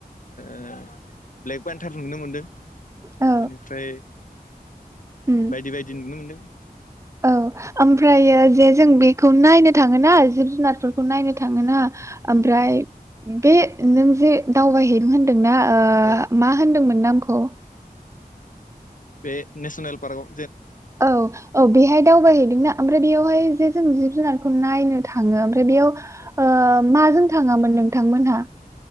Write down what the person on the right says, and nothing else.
औ
उम
औ ओमफ्रायो जे जों बेखौ नायनो थाङोना जिब जुनारफोरखौ नायनो थाङोना
ओमफ्राय बे नों जे दावबायहैनो होनदोंना ओ
मा होनदोंमोन नोम खौ
औ-औ बेहाय दावबायहैदोंना ओमफ्राय बेयावहाय जे जों जिब जुनार खौ नायनो थाङो जे बेयाव
ओ माजों थाङामोन नोंथांमोनहा